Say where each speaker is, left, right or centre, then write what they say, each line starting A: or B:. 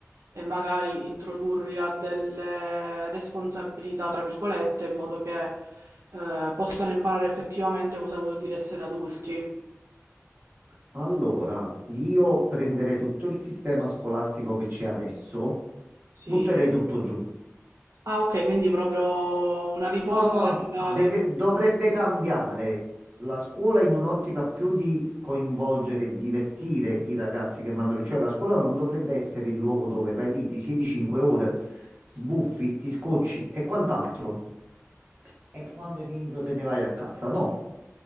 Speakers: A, on the right; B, on the right.
A: e magari introdurli a delle responsabilità, tra virgolette, in modo che eh, possano imparare effettivamente cosa vuol dire essere adulti.
B: Allora, io prenderei tutto il sistema scolastico che c'è adesso,
A: Sì.
B: butterei tutto giù.
A: Ah, ok, quindi proprio una riforma
B: No, no,
A: radicale.
B: deve- dovrebbe cambiare la scuola in un'ottica più di coinvolgere e divertire i ragazzi che vanno lì. Cioè, la scuola non dovrebbe essere il luogo dove vai lì, ti siedi 5 ore, sbuffi, ti scocci e quant'altro. E quando hai finito te ne vai a casa? No.